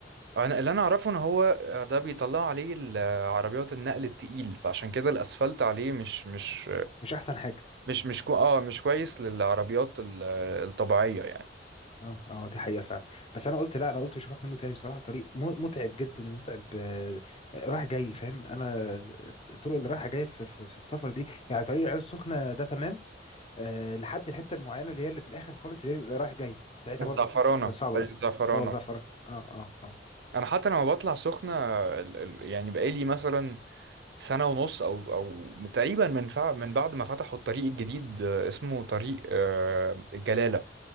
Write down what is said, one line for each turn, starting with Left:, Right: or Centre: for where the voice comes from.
Right: آه، انا اللي انا اعرفه ان هو آه، ده بيطلع عليه ال- آه، عربيات النقل التقيل فعشان كده الاسفلت عليه مش مش
Left: مش احسن حاجه
Right: مش مش كو اه مش كويس للعربيات ال- الطبيعيه يعني
Left: اه اه دي حقيقه فعلا بس انا قلت لا انا قلت مش هروح منه تاني بصراحه طريق م- متعب جدا متعب آه رايح جاي فاهم انا الطرق اللي رايحه جايه في, في, في السفر دي يعني طريق العين السخنه ده تمام آه لحد الحته المعينه اللي هي اللي في الاخر خالص اللي هي بيبقى رايح جاي ساعتها
Right: الزعفرانه
Left: برضو دي بتبقى صعبه
Right: طريق
Left: قوي
Right: الزعفرانه
Left: اه زعفرة اه اه اه
Right: انا حتى لما بطلع سخنه ال- ال- يعني بقالي مثلا سنه ونص او او تقريبا من فع من بعد ما فتحوا الطريق الجديد آه، اسمه طريق آه، الجلاله